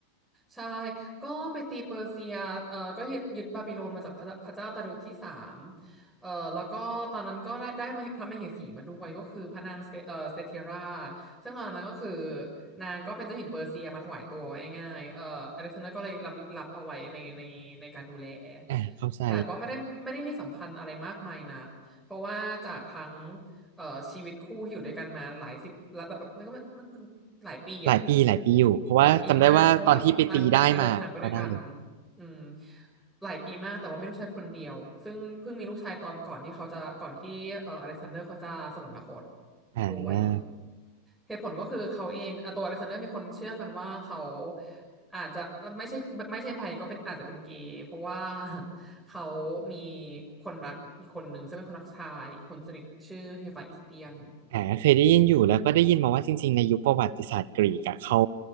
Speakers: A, in the centre; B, on the right.
A: ใช่ก็ไปตีเปอร์เซียเอ่อก็ยึดยึดบาบิโลนมาจากพระพระเจ้าดารุธที่สามเอ่อแล้วก็ตอนนั้นก็ได้ได้มาพระมเหสีมาด้วยก็คือพระนางสเตเอ่อสเตเทราซึ่งตอนนั้นก็คือนางก็เป็นเจ้าหญิงเปอร์เซียมาถวายตัวไว้ง่ายเอ่ออเล็กซานเดอร์ก็เลยรับรับเอาไว้ในในในการดูแล
B: อ่าเข้าใจ
A: แต่ก็ไม่ได้ไม่ได้มีสัมพันธ์อะไรมากมายนะเพราะว่าจากทั้งเอ่อชีวิตคู่ที่อยู่ด้วยกันมาหลายสิบแล้วแบบมันก็มันมันหลายปีอะ
B: หลายปีหลายปีอยู่เพราะว่าจำได้ว่าตอนที่ไปตีได้มาก็ได้เลย
A: หลายปีมากเพราะว่านางนางเดินทางไปด้วยกันอืมหลายปีมากแต่ว่ามีลูกชายคนเดียวซึ่งเพิ่งมีลูกชายตอนก่อนที่เขาจะก่อนที่เอ่ออเล็กซานเดอร์เขาจะสวรรคต
B: อ่า
A: ด้วยเหตุผลก็คือเขาเองอ่ะตัวอเล็กซานเดอร์มีคนเชื่อกันว่าเขาอาจจะไม่ใช่ไม่ใช่ไบก็เป็นอาจจะเป็นเกย์เพราะว่าเขามีคนรักอีกคนหนึ่งซึ่งเป็นคนรักชายคนสนิทชื่อเฮฟาอิสเตียน
B: อ่าเคยได้ยินอยู่แล้วก็ได้ยินมาว่าจริงๆในยุคประวัติศาสตร์กรีกอะเขา